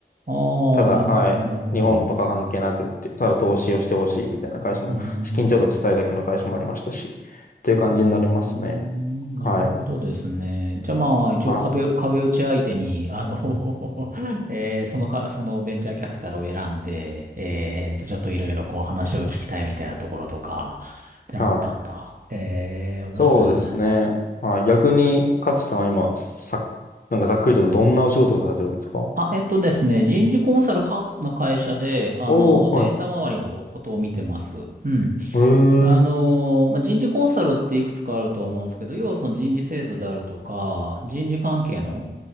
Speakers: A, on the right (about 50°); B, on the left (about 50°).
A: ああ、
B: ただ、
A: なるほど、
B: はい。
A: なるほど。
B: 日本とか関係なくって、ただ投資をしてほしいみたいな会社も、
A: うー
B: 資金調達したいだけの会社もありましたし、
A: ん。
B: という感じになりますね。
A: うーん、
B: はい。
A: なるほどですね。じゃあまあ、一応壁、
B: は
A: 壁打ち相手に、あの <laughs> えーそのか、そのベンチャーキャピタルを選んで、えーと、ちょっといろいろこう話を聞きたいみたいなところとか、であったんだ。
B: い。はい。
A: えー、面白いですね。
B: そうですね。はい。逆に、勝さんは今、さ、なんかざっくりとどんなお仕事をされてるんですか
A: あ、えっとですね、人事コンサルかの会社で、あの、
B: おー、
A: データ周りのことを見てます。
B: は
A: うん。
B: い。へ
A: あのまあ、
B: え。
A: 人事コンサルっていくつかあると思うんですけど、要はその人事制度であるとか、人事関係の、